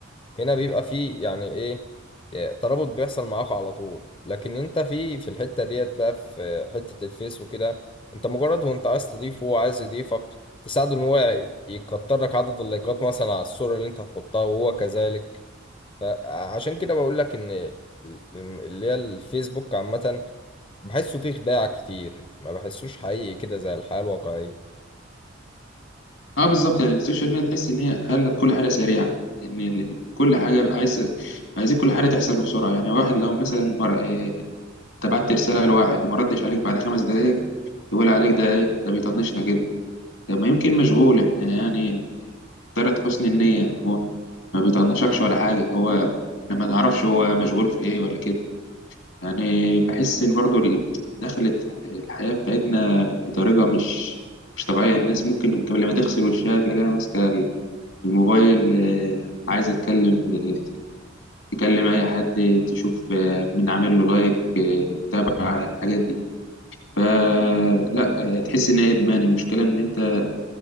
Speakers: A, on the left; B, on the left.
A: هنا بيبقى فيه يعني ايه إيه، ترابط بيحصل معاك على طول لكن انت في في الحتة ديت بقى في حتة الفيس وكده انت مجرد وانت عايز تضيفه وهو عايز يضيفك تساعده ان هو ي- يكتر لك عدد اللايكات مثلا على الصورة اللي انت هتحطها وهو كذلك فعشان كده بقول لك ان ال- اللي هي الفيسبوك عامة بحسه فيه خداع كتير ما بحسوش حقيقي كده زي الحياة الواقعية
B: اه بالظبط يعني السوشيال ميديا تحس ان هي خلت كل حاجة سريعة ان ال- كل حاجة عايز عايزين كل حاجة تحصل بسرعة يعني واحد لو مثلا مر... اه، انت بعت رسالة لواحد وما ردش عليك بعد خمس دقايق تقول عليك ده ايه ده بيطنشنا كده طب ما يمكن مشغول احنا يعني طرت حسن النية يعني هو ما بيطنشكش ولا حاجة هو احنا ما نعرفش هو مشغول في ايه ولا كده يعني بحس ان برضو ال- دخلت الحياة بتاعتنا بطريقة مش مش طبيعية الناس ممكن قبل ما تغسل وشها تلاقيها ماسكة الموبايل آه، عايزة تكلم آه، تكلم أي حد تشوف آه، مين عامل له لايك آه، متابعة الحاجات دي فلا آه، تحس إن هي إدمان المشكلة إن أنت